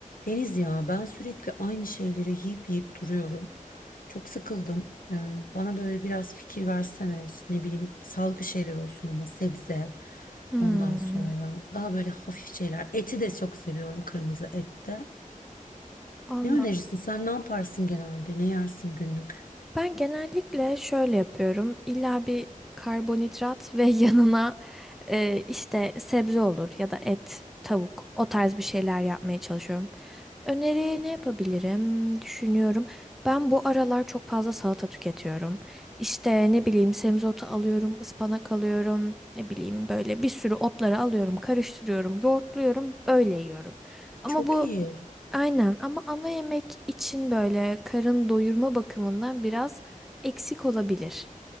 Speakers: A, on the left; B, in the centre.
A: Deniz ya ben sürekli aynı şeyleri yiyip yiyip duruyorum. Çok sıkıldım. Ee, bana böyle biraz fikir versene. İşte ne bileyim sağlıklı şeyler olsun ama sebze.
B: Hmm,
A: Ondan sonra daha böyle hafif şeyler. Eti de çok seviyorum kırmızı ette.
B: Allah.
A: Ne önerirsin? Sen ne yaparsın genelde? Ne yersin günlük?
B: Ben genellikle şöyle yapıyorum. İlla bir karbonhidrat ve <laughs> yanına e, işte sebze olur ya da et, tavuk o tarz bir şeyler yapmaya çalışıyorum. Öneri ne yapabilirim? Düşünüyorum. Ben bu aralar çok fazla salata tüketiyorum. İşte ne bileyim semizotu alıyorum, ıspanak alıyorum, ne bileyim böyle bir sürü otları alıyorum, karıştırıyorum, yoğurtluyorum, öyle yiyorum. Ama
A: Çok
B: bu
A: iyi.
B: Aynen ama ana yemek için böyle karın doyurma bakımından biraz eksik olabilir.